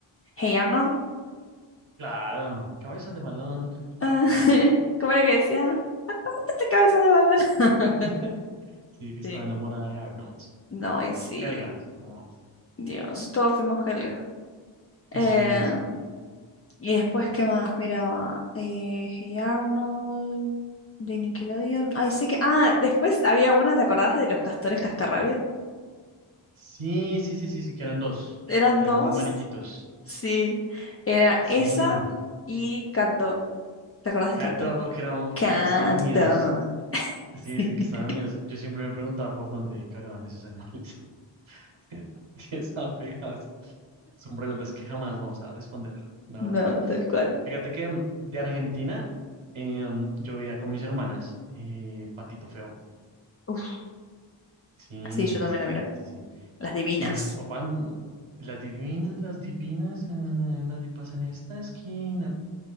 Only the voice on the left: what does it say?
Hey Arnold.
Ah, <laughs> ¿Cómo era que decía? ¡Quítate cabeza de balón! <laughs>
Sí.
No, y sí,
Dios, todos fuimos Helga. Eh,
y después, ¿qué más miraba? Eh, Hey Arnold, de Nickelodeon. Ay, sé que. Ah, después había una, ¿te acordás de los castores cascarrabia?
Eran
dos.
Sí, era
esa y Cat Dog. ¿Te acordás de
Cat Dog?
Cat
Dog.
<laughs>
No,
tal cual.
Uf,
sí, yo también
la miro.
Las divinas.